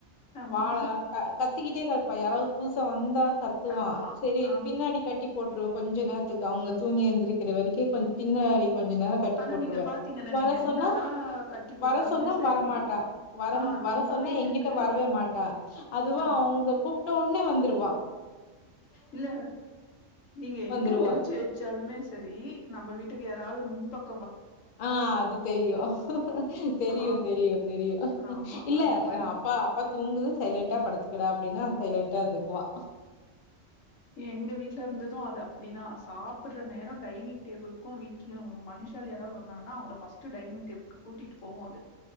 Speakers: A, on the left (about 80°); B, on the left (about 60°).
A: ஆமா
B: வாழ க த் கத்துக்கிட்டே கர்ப்பா யாராவது பதுசா வந்தா கத்துவா
A: ஆமா
B: சரி
A: ஆம்
B: பின்னாடி கட்டி போட்டுருவ கொஞ்சம் நேரத்துக்கு அவங்க தூங்கி எழுந்திருக்கிற வரைக்கும் கொ பின்னாடி கொஞ்ச நேர க
A: ஆனா
B: போட்டுருவே
A: நீங்க பாத்தீங்கன்னா
B: வர
A: நீங்க என்னதா
B: சொன்னா
A: கட்டி போட்டாலுமே
B: வர சொன்னா
A: சரி
B: வரமாட்டா வர
A: ஆ
B: வர
A: நம்ப
B: சொன்னா
A: வீட்டுக்கு
B: எகிட்ட வரவே மாட்டா அதுவும்
A: ஆ
B: அவங்க கூ ட்ட உடன்னே வந்துடுவா
A: இல்ல நீங்க
B: வந்துருவா.
A: எங்க ஒழிச்சு வச்சாலுமே சரி நம்ம வீட்டுக்கு யாராவது முன்பக்
B: ஆஹ் அது தெரியும் தெரியு
A: ஆ
B: தெரியு தெரியு
A: ஆமா
B: இல்ல
A: அந்த மாரி
B: அப்பா அப்பா தூங்குத சைலன்ண்டா படுத்துக்கடா அப்படின்னா சைலண்டா இருந்துக்குவா
A: எங்க வீட்ல இருந்ததும் அது அப்படிதான் சாப்பிடுற நேரம் டைனிங் டேபிளுக்கும் வீட்டு மனுஷால் யாராவது வந்தாங்கன்னா அவங்கள ஃபஸ்ட் டைனிங் டேபிளு கூட்டிகிட்டு போவோம் அது